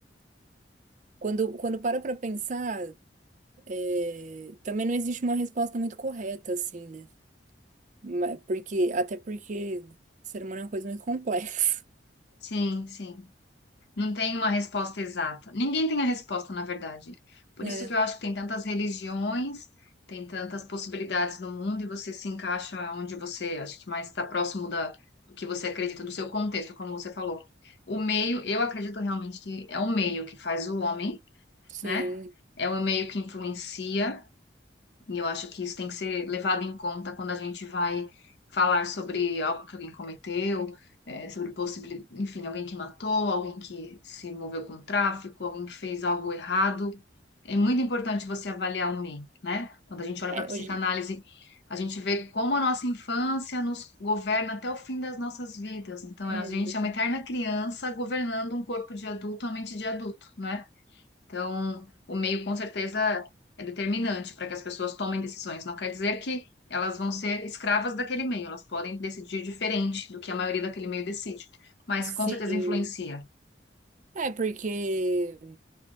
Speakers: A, on the right; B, on the left.
A: quando, quando para pra pensar, é, também não existe uma resposta muito correta, assim, né? Ma- Porque, até porque ser humano é uma coisa muito complexa,
B: sim, sim. Não tem uma resposta exata. Ninguém tem a resposta, na verdade.
A: <laughs>
B: Por
A: né?
B: isso que eu acho que tem tantas religiões, tem tantas possibilidades no mundo e você se encaixa onde você, acho que mais está próximo da, do que você acredita, do seu contexto, como você falou. O meio, eu acredito realmente que é o meio que faz o homem,
A: Sim.
B: né? É o meio que influencia. E eu acho que isso tem que ser levado em conta quando a gente vai falar sobre algo que alguém cometeu, eh, sobre possibilidade, enfim, alguém que matou, alguém que se envolveu com tráfico, alguém que fez algo errado. É muito importante você avaliar o meio, né? Quando a gente olha
A: É,
B: para a psicanálise,
A: hoje.
B: a gente vê como a nossa infância nos governa até o fim das nossas vidas. Então, a
A: Uhum.
B: gente é uma eterna criança governando um corpo de adulto, uma mente de adulto, né? Então, o meio com certeza é determinante para que as pessoas tomem decisões. Não quer dizer que elas vão ser escravas daquele meio, elas podem decidir diferente do que a maioria daquele meio decide, mas
A: Sim.
B: com certeza influencia.
A: É, porque.